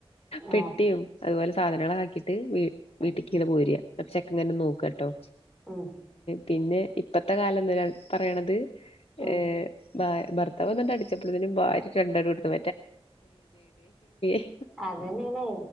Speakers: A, on the left; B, in the centre.
A: പെട്ടിയും
B: ആഹ്
A: അതുപോലെ സാധനങ്ങളാക്കിട്ട്
B: ഉം
A: വീട്ടിക്ക് ഇങ് പോര അപ്പൊ ചെക്കങ്ങന്നെ നോക്കാട്ടോ
B: ഉം
A: പിന്നെ ഇപ്പത്തെ കാലംന്ന് പറയണത്
B: ഉം
A: ഏ ഭർത്താവൊന്ന് അടിച്ചപ്പോളത്തിനും ഭാര്യ രണ്ടങ്ങട് കൊടുത്തു <unintelligible>
B: അതന്നെയാണേ